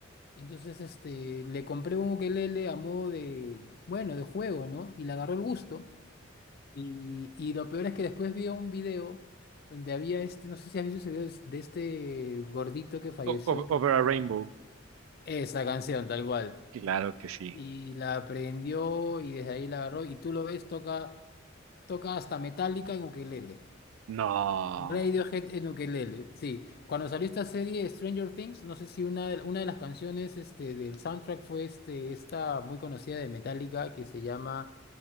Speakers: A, on the left (about 50°); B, on the right (about 80°).
A: Entonces, este, le compré un ukelele a modo de, bueno, de juego, ¿no? Y le agarró el gusto. Y, y lo peor es que después vi un video donde había este, no sé si has visto ese video es- de este gordito que falleció,
B: O- o-
A: que
B: Over
A: creo
B: a Rainbow.
A: que... Esa canción, tal cual.
B: Claro que sí.
A: Y la aprendió y desde ahí la agarró. Y tú lo ves, toca, toca hasta Metallica en ukelele.
B: No.
A: Radiohead en ukelele, sí. Cuando salió esta serie Stranger Things, no sé si una de, una de las canciones este, del soundtrack fue este, esta muy conocida de Metallica que se llama...